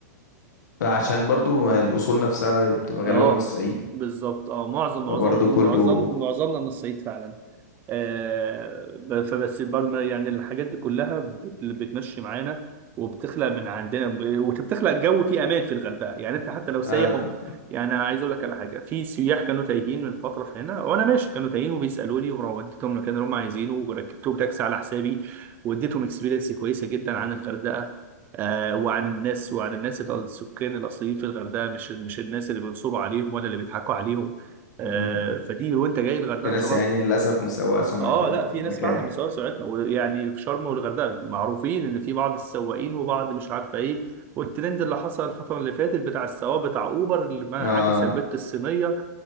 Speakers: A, on the left; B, on the right.
A: عشان برضو الاصول نفسها بتبقى
B: اه
A: غالبا من الصعيد
B: بالظبط اه معظم معظم
A: فبرضو كله
B: معظم معظمنا من الصعيد فعلا آه ب- فبس برضه يعني الحاجات دي كلها بت- بتمشي معانا وبتخلق من عندنا وبتخلق جو فيه امان في الغردقه يعني انت حتى لو سايح
A: آه...
B: وب- يعني أنا عايز اقول لك على حاجه في سياح كانوا تايهين من فتره في هنا وانا ماشي كانوا تايهين وبيسالوني ووديتهم المكان اللي هم عايزينه وركبتهم تاكسي على حسابي واديتهم اكسبيرينس كويسه جدا عن الغردقه آه، وعن الناس وعن الناس الأ- السكان الاصليين في الغردقه مش مش الناس اللي بينصبوا عليهم ولا اللي بيضحكوا عليهم آه،
A: امم
B: فدي وانت جاي الغردقه
A: في
B: ان
A: ناس
B: شاء
A: يعني
B: الله
A: للاسف مسوقه سمعه
B: اه
A: المكان
B: لا في ناس فعلا بيسوقوا سرعتنا ويعني في شرم والغردقه معروفين ان في بعض السواقين وبعض مش عارفه ايه والترند اللي حصل الفتره اللي فاتت بتاع السواق بتاع اوبر اللي ما
A: اه
B: عكس البت الصينيه